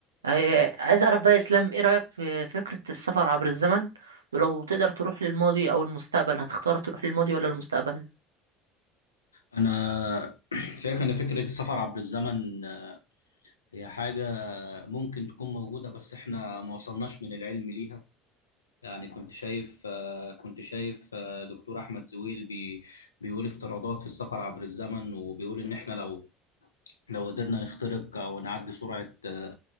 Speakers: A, on the right; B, on the left.
A: آه، عايز اعرف بقى يا اسلام ايه رأيك في فكرة السفر عبر الزمن ولو تقدر تروح للماضي او المستقبل هتختار تروح للماضي ولا المستقبل
B: أنا <clears throat> شايف إن فكرة السفر عبر الزمن هي حاجة ممكن تكون موجودة بس إحنا ما وصلناش من العلم ليها يعني كنت شايف آه، كنت شايف آه، دكتور أحمد زويل بي بيقول افتراضات في السفر عبر الزمن وبيقول إن إحنا لو لو قدرنا نخترق أو نعدي سرعة آه،